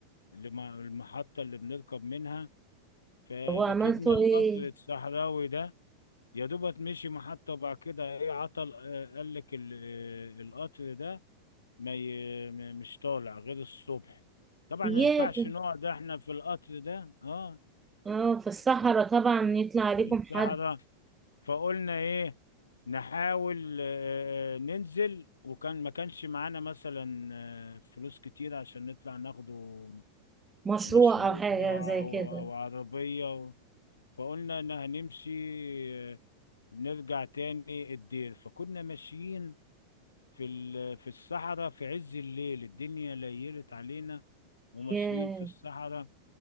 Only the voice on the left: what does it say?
لم- المحطة اللي بنركب منها فركبنا
القطر
الصحراوي ده يا دوبت مشي محطة وبعد كده ايه عطل آه، قال لك ال- آه، القطر ده ما ي- م- مش طالع غير الصبح طبعا
ما ينفعش نقعد احنا في القطر ده اه
في الصحراء
فقلنا ايه نحاول آه، آه، ننزل وكان ما كانش معانا مثلا آه، فلوس كتير عشان نطلع ناخده
مشروب
او
أو عربية فقلنا ان هنمشي آه، نرجع تاني الدير فكنا ماشيين في ال- في الصحراء في عز الليل الدنيا ليلت علينا وماشيين
في الصحراء